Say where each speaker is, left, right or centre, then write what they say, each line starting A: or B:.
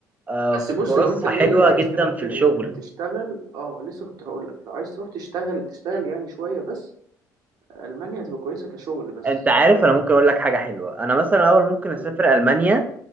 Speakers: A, on the right; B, on the right.
A: آه،
B: بس بص
A: فرصها
B: لو انت مينلي
A: حلوه
B: عايز
A: جدا
B: تروح
A: في
B: ت-
A: الشغل
B: تشتغل اه لسه كنت هقول لك لو عايز تروح تشتغل تشتغل يعني شويه بس المانيا هتبقى كويسه كشغل بس
A: انت عارف
B: فاهم
A: انا ممكن اقول لك حاجه حلوه انا مثلا اول ممكن
B: مم.
A: اسافر المانيا